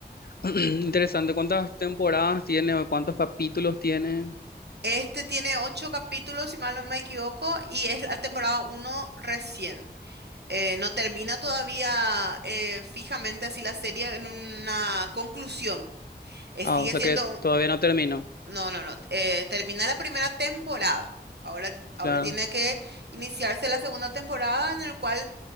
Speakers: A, on the left; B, on the right.
A: <clears throat> Interesante. ¿Cuántas temporadas tiene o cuántos capítulos tiene?
B: Este tiene ocho capítulos, si mal no me equivoco, y es la temporada uno recién. eh, no termina todavía eh, fijamente así la serie en una conclusión. Eh,
A: Ah,
B: sigue
A: o sea
B: siendo...
A: que
B: un-
A: todavía no terminó.
B: No, no, no. eh, termina la primera temporada. Ahora, ahora
A: Claro.
B: tiene que iniciarse la segunda temporada en el cual